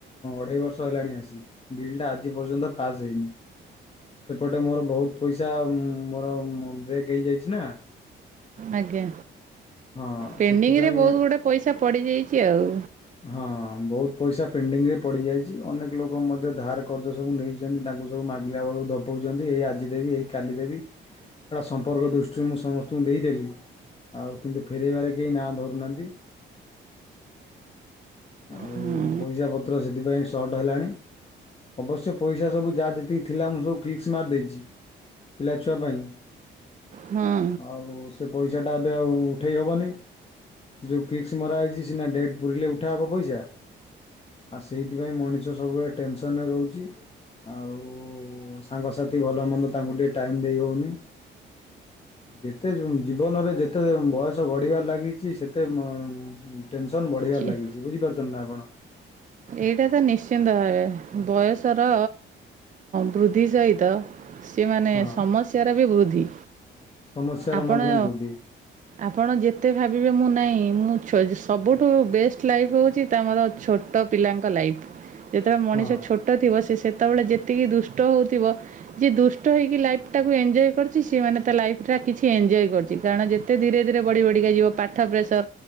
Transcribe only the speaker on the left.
ଅଢେଇ ବର୍ଷ ହେଲାଣି ଆସି ବିଲ୍ ଟା ଆଜି ପର୍ଯ୍ୟନ୍ତ ପାସ୍ ହେଇନି। ସେପଟେ ମୋର ବହୁତ୍ ପଇସା ମୋର ବ୍ରେକ୍ ହେଇଯାଇଛି ନାଁ।
ହଁ
ସେଥିପାଇଁ
ହଁ ବହୁତ୍ ପଇସା ପେଣ୍ଡିଙ୍ଗରେ ପଡି ଯାଇଛି ଅନେକ ଲୋକ ମଧ୍ୟ ଧାର କର୍ଜ ସବୁ ନେଇ ତାଙ୍କୁ ସବୁ ମାଗିଲା ବେଳକୁ ଧପଉଛନ୍ତି ଏଇ ଆଜି ଦେବି ଏଇ କାଲି ଦେବି ଏଟା ସମ୍ପର୍କ ଦୃଷ୍ଟିରୁ ମୁଁ ସମସ୍ତଙ୍କୁ ଦେଇଦେଲି। ଆଉ କିନ୍ତୁ ଫେରାଇବାରେ କେହି ନାଁ ଧରୁନାହାନ୍ତି। ଆଉ
ପଇସା ପତ୍ର ସେଥିପାଇଁ ସର୍ଟ ହେଲାଣି। ଅବଶ୍ୟ ପଇସା ସବୁ ଯାହା ଯେତିକି ଥିଲା ମୁଁ ସବୁ ଫିକ୍ସ ମାର୍ ଦେଇଛି। ପିଲାଛୁଆ ପାଇଁ।
ଆଉ ସେ ପଇସାଟା ଏବେ ଆଉ ଉଠେଇ ହେବନି। ଯୋଉ ଫିକ୍ସ ମରା ହେଇଛି ସିନା ଡେଟ୍ ପୁରିଲେ ଉଠାହବ ପଇସା। ଆଉ ସେଇଥିପାଇଁ ମଣିଷ ସବୁବେଳେ ଟେନସନ ରେ ରହୁଛି। ଆଉ ସାଙ୍ଗସାଥି ଭଲ ମନ୍ଦ ତାଙ୍କୁ ଟିକିେ ଟାଇମ୍ ଦେଇ ହଉନି ଯେତେ ଜୀବନରେ ଯେତେ ବୟସ ବଢ଼ିବାରେ ଲାଗିଛି ସେତେ ମ ଟେନସନ୍ ବଢ଼ିବାରେ
ଲାଗିଛି ବୁଝିପାରୁଛନ୍ତି ନା ଆପଣ
ହଁ
ସମସ୍ୟାର
ମଧ୍ୟ ବୃଦ୍ଧି
ହଁ।